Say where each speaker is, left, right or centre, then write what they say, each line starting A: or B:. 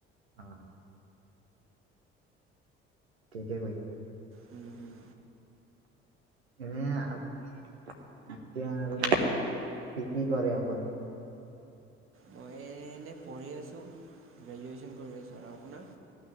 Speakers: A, on the right (about 85°); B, on the right (about 40°).
A: অ', ঠিকে কৈছা।
B: হুম হুম
A: এনে আপুনি এতিয়া আৰু কি কি কৰে আপুনি?
B: মই এনেই পঢ়ি আছোঁ গ্ৰেজুৱেচন কৰি আছোঁ আৰু আপোনাৰ?